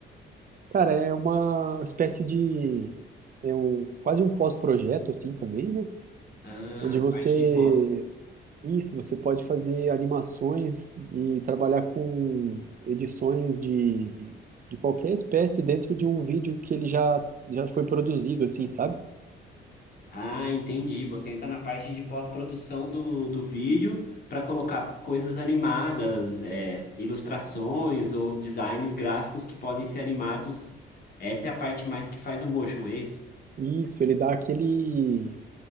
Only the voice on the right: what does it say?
Cara, é uma espécie de. É um, quase um pós-projeto, assim, também, né?
Onde você
Isso, você pode fazer animações e trabalhar com edições de, de qualquer espécie dentro de um vídeo que ele já, já foi produzido, assim, sabe?
Isso, ele dá aquele